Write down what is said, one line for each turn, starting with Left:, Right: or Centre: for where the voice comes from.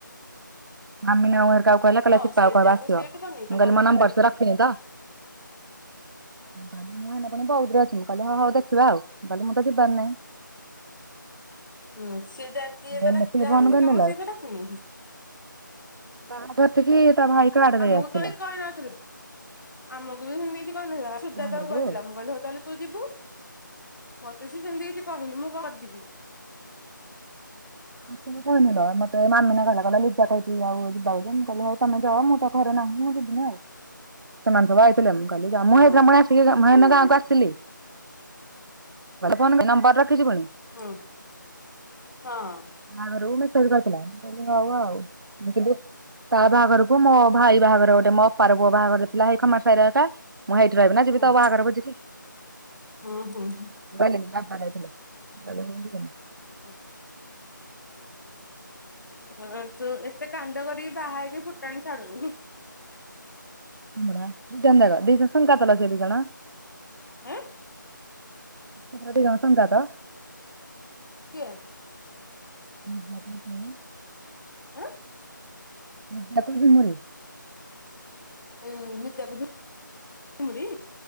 Right: ମାମିନା କିଲ କହିଲା
Left: ହଁ
Right: ସିତ
Left: ସିଏ
Right: କହିବ
Left: ଯାବ
Right: ଆସିବ
Left: ସିଏ କନି ତ
Right: ମୁଁ କହିଲ
Left: କଲ
Right: ମୋ
Left: କଲେ
Right: ନମ୍ବର
Left: କାହିଁ
Right: ସିଏରଖ
Left: ହୁଁ
Right: ନ ତ <unintelligible> ପୁଣି ବଉଦରେ ଅଛନ୍ତିୁ କାଲି ହଁ ହଉ ଦେଖିବା ଆଉ କହିଲି ମୁଁ ତ ଯିବାର ନାହିଁ।
Left: ହୁଁ ସିଏ ଯା ଯିଏ ତ
Right: ଏମିତି
Left: ଯାହାର
Right: ଫୋନ
Left: ତ
Right: କରିନେଲା
Left: କାମ ସିଏ ତ ଡାକୁନି।
Right: ବାହାଘର ଟି ତା ଭାଇ କାର୍ଡ ନେଇ
Left: ଆମକୁ
Right: ଆସିଥିଲା
Left: ତ ଏ କହିନଥିଲା ଆମକୁ ବି ସେମିତି କିଛି କହିନଥିଲା ସୁଧା
Right: ବାହାଘରକୁ।
Left: ତାକୁ କହିଥିଲା ମୁ କହିଲି ହଉ ତାହେଲେ ତୁ ଯିବୁ ମତେ ସ ସେମିତି କିଛି କହିନି ମୁଁ କଣ ଯିବି।
Right: ମଁେ କହନି ର ମତେ ମାମିନା କହିଲା ଲିଜ଼ା କହିଛି ଯିବା କଥା ମୁ କହିଲି ହଉ ତମେ ଯାଅ ମୁଁ ଘରେ ନାହିଁ ଯିବିନି ସେମାନେ ସବୁ ଆଇଥିଲେ କାଲି
Left: ହୁଁ।
Right: ମୁଁ ସେଥିପାଇଁ ମନା କରୁଚି ଟିକେ ମହେନ ଗାଁକୁ ଆସଥିଲି ଫୋ ନମ୍ବର ରଖିଛିୁ ପୁଣି।
Left: ହୁଁ ହଁ
Right: ବାହାଘରକୁ ମେକପ ଚାଲିଥିଲା ମୁଁ କହିଲି ହଉ ଆଉ ମୁଁ କହିଲି ତା ବାହାଘରକୁ ମୋ ଭାଇ ବାହାଘର ଗୋଟେ ମୋ ଅପାର ପୁଅ ବାହାଘର ଥିଲା ସେଇ ଖମାର ସାହିର ଏକା। ମୁଁ ହେଇଠି ରହିବି ନା ଯିବି
Left: ହୁଁ
Right: ତା ବାହାଘର ଭୋଜି ଖାଇ।
Left: ହୁଁ ହୁଁ।
Right: ଗଲେନି ବାପ ଯାଇଥିଲେ।
Left: ହୁଁ। <unintelligible> ଏତେ କାଣ୍ଡ କରିକି ବାହା ହେଇକି ଫୁଟାଣି ଛାଡୁନି।
Right: <unintelligible> ସେ ଦି ଜଣ
Left: ଏଁ।
Right: <unintelligible>
Left: କିଏ?
Right: <unintelligible>
Left: ଆଁ।
Right: <unintelligible>
Left: ଏଇ ନିତିଆ କୁ ଝୁମୁରି।